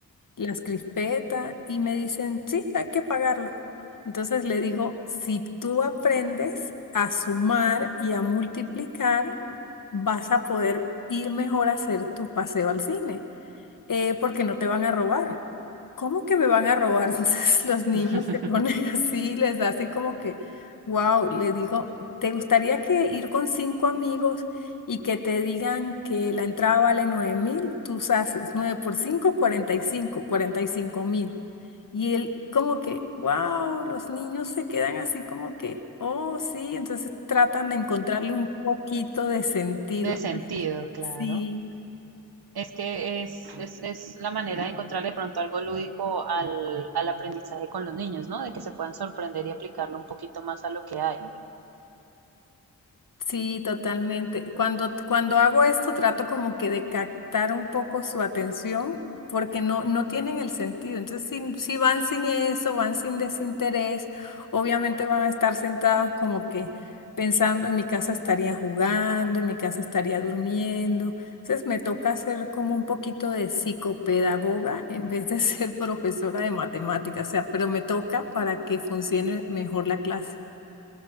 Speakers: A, on the left (about 55°); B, on the right (about 75°).
A: las crispeta y me dicen, sí, hay que pagarlo. Entonces le digo, si tú aprendes a sumar y a multiplicar, vas a poder ir mejor a hacer tu paseo al cine eh, porque no te van a robar. ¿Cómo que me van a robar? <laughs> Entonces los niños
B: <laughs>
A: se ponen <laughs> así, les hace como que, wow, le digo, ¿te gustaría que ir con cinco amigos y que te digan que la entrada vale nueve mil? Tú haces nueve por cinco, cuarenta y cinco, cuarenta y cinco mil. Y él como que, wow, los niños se quedan así como que, oh, sí, entonces tratan de encontrarle un poquito de sentido.
B: de sentido, claro.
A: Sí.
B: Es que es, es, es la manera de encontrar de pronto algo lúdico al, al aprendizaje con los niños, ¿no? De que se puedan sorprender y aplicarlo un poquito más a lo que hay.
A: Sí, totalmente. Cuando, cuando hago esto, trato como que de captar un poco su atención porque no, no tienen el sentido. Entonces, si, si van sin eso, van sin desinterés, obviamente van a estar sentados como que pensando, en mi casa estaría jugando, en mi casa estaría durmiendo. Entonces, me toca hacer como un poquito de psicopedagoga en vez de ser <laughs> profesora de matemáticas, o sea, pero me toca para que funcione mejor la clase.